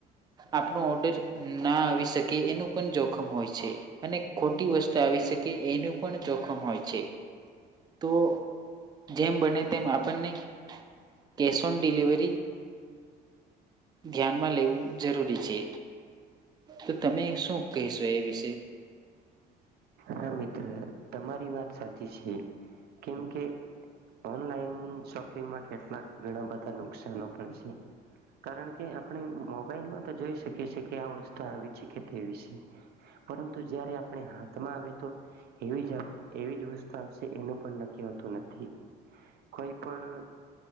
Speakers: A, on the right; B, on the right.
A: આપણો ઓર્ડર ના આવી શકે એનું પણ જોખમ હોય છે અને ખોટી વસ્તુ આવી શકે કે એનું પણ જોખમ હોય છે તો જેમ બને તેમ આપણને કેશ ઓન ડિલિવરી ધ્યાનમાં લેવું જરૂરી છે તો તમે શું કહીશો એ વિશે.
B: હા મિત્ર તમારી વાત સાચી છે કેમકે ઓનલાઈન શોપિંગમાં કેટલાક ઘણા બધા નુકસાનો પણ છે કારણ કે આપ મોબાઈલ માં તો જઈ શકીએ. કે આ વવસ્થા આવી છે કે તે વિશે પરંતુ જયારે આપણે આવે તો એવી જ એવી જ વસ્તુ આવશે એનું પણ ન હોતું નથી. કોઈ પણ.